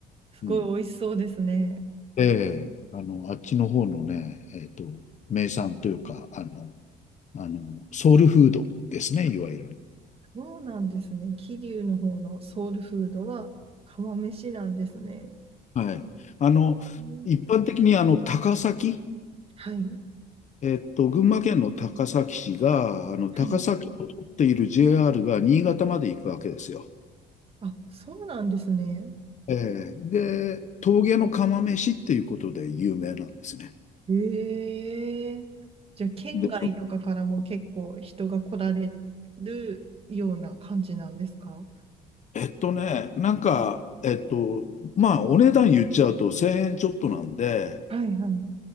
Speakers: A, on the right; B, on the left.
A: すごい美味しそうですね。
B: うん。で、あの、あっちの方のね、えっと、名産というか、あの、あの、ソウルフードですね、
A: あ、
B: いわゆる。
A: そうなんですね。桐生の方のソウルフードは釜飯なんですね。
B: はい。あの、
A: うん
B: 一般的にあの高崎、
A: はい。
B: えっと、群馬県の高崎市が、あの高崎を取っている
A: はい。
B: JR が新潟まで行くわけですよ。
A: あ、そうなんですね。
B: ええで、峠の釜飯っていうことで有名なんですね。
A: ええじゃあ、県外とかからも結構人が来られるような感じなんですか
B: で、そのえっとね、なんか、えっと、まあ、お値段言っちゃうと1000円ちょっとなんで、
A: はいはい。